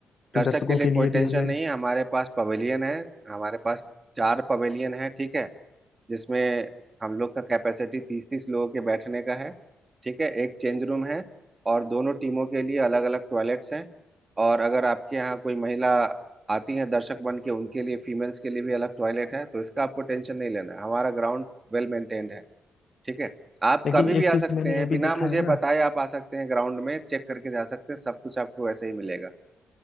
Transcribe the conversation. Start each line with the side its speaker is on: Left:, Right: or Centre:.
Right: दर्शक
Left: तो दर्शकों
Right: के लिए
Left: के
Right: कोई
Left: लिए
Right: टेंशन
Left: भी हमें
Right: नहीं है हमारे पास पवेलियन है हमारे पास चार पवेलियन है ठीक है जिसमें हम लोग का कैपेसिटी तीस तीस लोगों के बैठने का है ठीक है एक चेंज रूम है और दोनों टीमों के लिए अलग अलग टॉयलेट्स हैं और अगर आपके यहाँ कोई महिला आती हैं दर्शक बन के उनके लिए फीमेल्स के लिए भी अलग टॉयलेट है तो इसका आपको टेंशन नहीं लेना है हमारा ग्राउंड वेल मेंटेन्ड है ठीक है आप
Left: लेकिन
Right: कभी भी
Left: एक
Right: आ
Left: चीज
Right: सकते
Left: मैंने
Right: हैं
Left: ये
Right: बिना
Left: भी देखा
Right: मुझे
Left: है ना
Right: बताए आप आ सकते हैं ग्राउंड में चेक करके जा सकते हैं सब कुछ आपको ऐसे ही मिलेगा